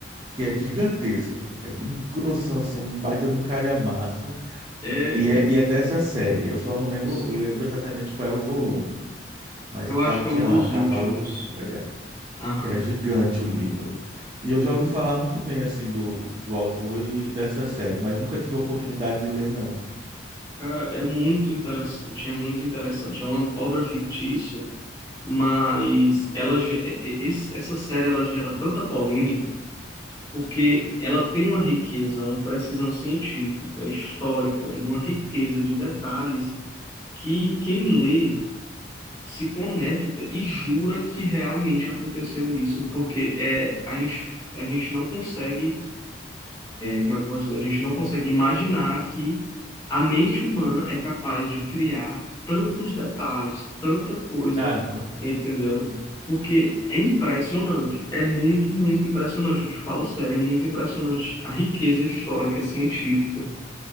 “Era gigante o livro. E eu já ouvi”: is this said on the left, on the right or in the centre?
Right